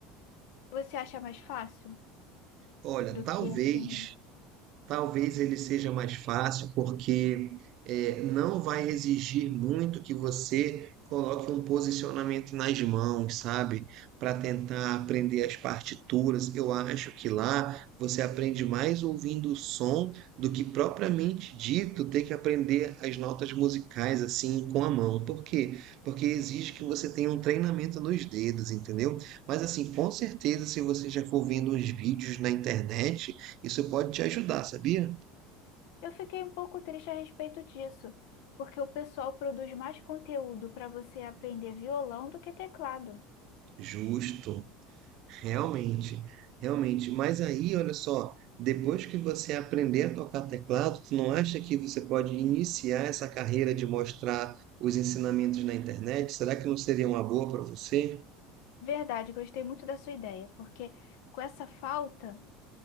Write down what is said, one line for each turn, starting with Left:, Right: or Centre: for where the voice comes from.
Left: Você acha mais fácil
Right: Olha,
Left: do
Right: talvez
Left: que assim
Right: Talvez ele seja mais fácil, porque eh, não vai exigir muito que você coloque um posicionamento nas mãos, sabe? Para tentar aprender as partituras. Eu acho que lá você aprende mais ouvindo o som do que propriamente dito ter que aprender as notas musicais assim com a mão. Por quê? Porque exige que você tenha um treinamento nos dedos, entendeu? Mas assim, com certeza, se você já for vendo uns vídeos na internet isso pode te ajudar, sabia?
Left: Eu fiquei um pouco triste a respeito disso, porque o pessoal produz mais conteúdo para você aprender violão do que teclado.
Right: Justo, realmente, realmente. Mas aí, olha só, depois que você aprender a tocar teclado, tu não acha que você pode iniciar essa carreira de mostrar os ensinamentos na internet? Será que não seria uma boa para você?
Left: Verdade, gostei muito da sua ideia, porque com essa falta